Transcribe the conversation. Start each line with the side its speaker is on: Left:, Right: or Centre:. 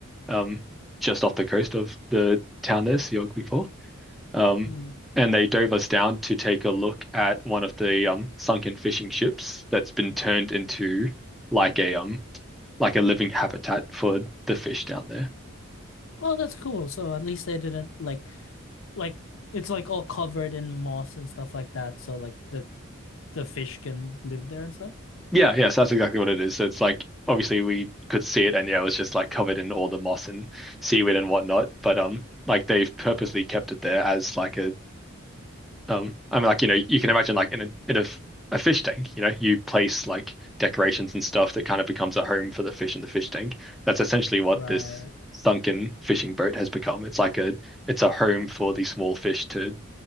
Centre: um, just off the coast of the town there, Siogwipo. Um,
Left: Mm.
Centre: and they dove us down to take a look at one of the um sunken fishing ships that's been turned into like a um like a living habitat for the fish down there.
Left: Oh, that's cool. So at least they didn't like like it's like all covered in moss and stuff like that. So like the the fish can live there and stuff.
Centre: Yeah, yes, that's exactly what it is. So it's like obviously we could see it and yeah, it was just like covered in all the moss and seaweed and whatnot. But um like they've purposely kept it there as like a um I mean like you know, you can imagine like in a in a, f- a fish tank, you know, you place like decorations and stuff that kind of becomes a home for the fish in the fish tank. That's essentially what
Left: Right.
Centre: this sunken fishing boat has become. It's like a it's a home for the small fish to